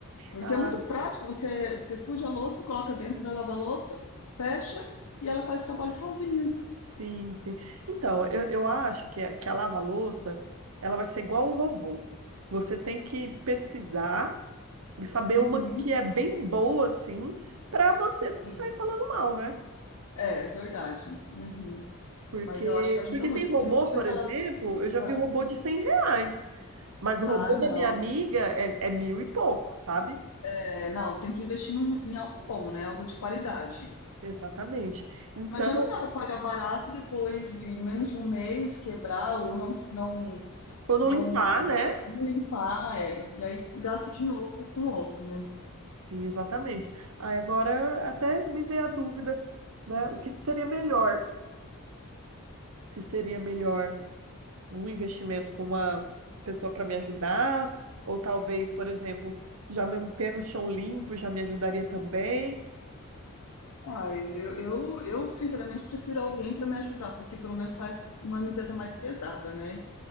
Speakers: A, on the left; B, on the right.
A: Porque
B: Ah,
A: é muito prático, você, você suja a louça, coloca dentro da lava-louça, fecha e ela faz o trabalho sozinha.
B: sim, sim. Então, eu, eu acho que, a- que a lava-louça, ela vai ser igual o robô. Você tem que pesquisar e saber
A: Uhum,
B: uma que é bem boa, assim, para você não
A: sim.
B: sair falando mal, né?
A: É, é verdade. Uhum.
B: Porque,
A: Mas eu acho que ajuda
B: porque
A: muito,
B: tem robô,
A: porque não fica
B: por
A: aquela.
B: exemplo, eu já
A: Ah,
B: vi robô de 100 reais, mas o
A: ah,
B: robô
A: não.
B: da minha amiga é, é mil e pouco, sabe?
A: É, não, tem que investir num- em algo bom, né? Algo de qualidade.
B: Exatamente. então
A: Não adianta nada pagar barato e depois, em menos de um mês, quebrar ou não, não,
B: Quando
A: não,
B: limpar, né?
A: não limpar, é, e aí gasta de novo com outro, né?
B: Sim, exatamente. Aí agora até me veio a dúvida, né? O que que seria melhor? Se seria melhor um investimento com uma pessoa para me ajudar, ou talvez, por exemplo, já manter no chão limpo já me ajudaria também.
A: Ah, eu, eu, eu sinceramente prefiro alguém para me ajudar, porque pelo menos faz uma limpeza mais pesada, né?